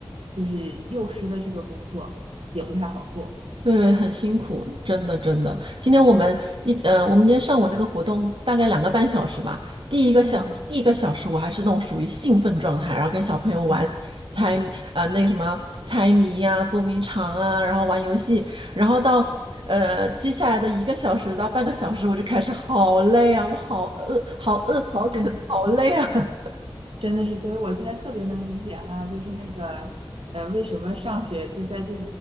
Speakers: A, on the right (about 80°); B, on the right (about 65°).
A: 就是幼师的这个工作也不太好做，
B: 对，很辛苦，真的真的。今天我们一呃，我们今天上午那个活动大概两个半小时吧。第一个小第一个小时我还是那种属于兴奋状态，
A: 嗯，
B: 然后跟小朋友玩猜呃那个什么猜谜呀、
A: <sighs>
B: 捉迷藏啊，然后玩游戏。然后到呃接下来的一个小时到半个小时，我就开始好累啊，我好饿，好饿，好渴，
A: 真
B: 好累啊。<laughs>
A: 真的是，所以我现在特别能理解哈，就是那个，呃，为什么上学就在这